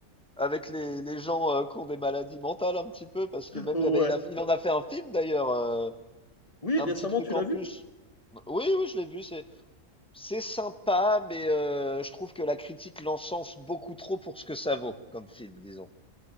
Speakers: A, in the centre; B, on the left.
A: avec les, les gens euh, qui ont des maladies mentales un petit peu, parce que même,
B: Ouais.
A: eh ben, il a, il en a fait un film d'ailleurs, euh,
B: Oui,
A: un
B: récemment,
A: petit truc
B: tu
A: en
B: l'as vu?
A: plus. Oui, oui, je l'ai vu, c'est, c'est sympa, mais euh, je trouve que la critique l'encense beaucoup trop pour ce que ça vaut comme film, disons.